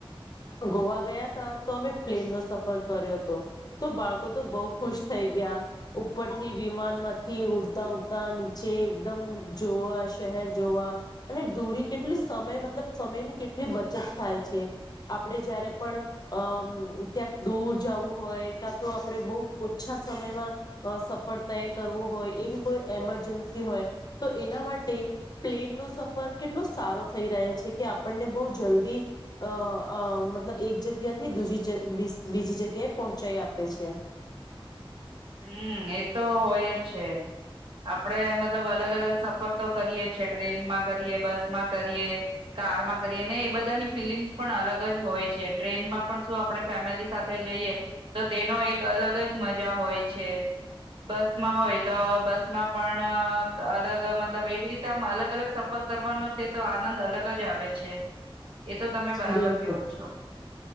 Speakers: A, on the left; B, on the right.
A: ગોવા ગયા તા તો અમે પ્લેન નો સફર કર્યો હતો તો બાળકો તો બહુ ખુશ થઈ ગયા ઉપરથી વિમાન માંથી ઉડતા ઉડતા નીચે એકદમ જોવા શહેર જોવા અને દૂરી કેટલી સમય મતલબ સમયની કેટલી બચત થાય છે. આપણે જયારે પણ અમ ક્યાંક દૂર જવું હોય કાં તો આપડે બહુ ઓછા સમયમાં સફર તેય કરવો હોય એવી કોઈ એમરજન્સી હોય તો એના માટે પ્લેનનો સફર કેટલો સારો થઈ રહે છે કે આપણને બહુ જલ્દી અ, અ, મતલબ એક જગ્યાથી દુજી, બીઝ, બીજી જગ્યાએ પહોંચાઈ આપે છે. <inaudible>
B: હમ, એ તો હોય જ છે. આપડે મતલબ અલગ અલગ સફર તો કરીએ છે, ટ્રેનમાં કરીએ, બસમાં કરીએ, કારમાં કરીએ ને એ બધા બધાની ફિલિંગ્સ પણ અલગ જ હોય છે, ટ્રેનમાં પણ સું આપણે ફેમેલી સાથે જઈએ, તો તેનો એક અલગ જ મજા હોય છે. બસમાં હોય તો બસમાં પણ અલગ, મતલબ એવી રીતે આમ અલગ અલગ સફર કરવાનો, તે તો આનંદ અલગ જ આવે છે. એ તો તમે બરાબર
A: બિલકુલ,
B: કેવો છો.